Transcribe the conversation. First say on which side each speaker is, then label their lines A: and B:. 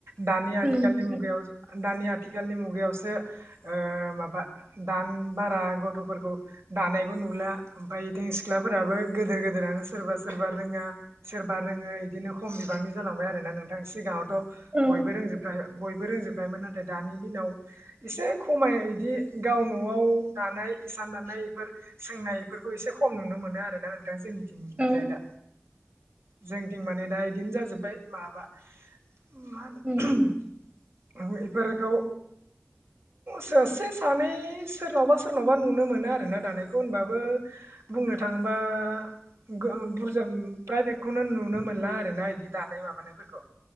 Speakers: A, on the right; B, on the right.
A: दानि आथिखालनि
B: औ नोंथां
A: मुगायाव। दानि आथिखालनि मुगायावसो ओ माबा दान बारा गथ'फोरखौ। दानायबो नुला ओमफ्राय ओयथिं सिख्लाफोराबो गिदोर गोदोरानो सोरबा सोरबा रोङा सोरबा रोङा। ओं बेदिनो खम बिबांनि जालांबाय आरो नोंथां सिगाङावथ
B: औ
A: बयबो रोंजोब खायोमोन। रोंजोबखायो मोन नाथाय दानि दिनाव एसे खमाय बिदि गाव न'आव दानाय। हिसान दाननाय बेफोर सोंनाय बेफोरखौ एसे खम नुनो मोनो आरो ना नोंथां जोंनिथिं। उम
B: औ
A: जाय दा जोंथिं माने दा इदिनो जाजोब्बाय माबा। मा होनो।
B: औ
A: इफोरखौ सासे सानै सोरनावबा सोरनावबा नुनो मोनो आरोना दानायखौ होनबाबो। बुंनो थाङोबा गो बुरजा प्राइभेटखौनो नुनो मोनला आरोना बिदि। दानाय माबानायफोरखौ।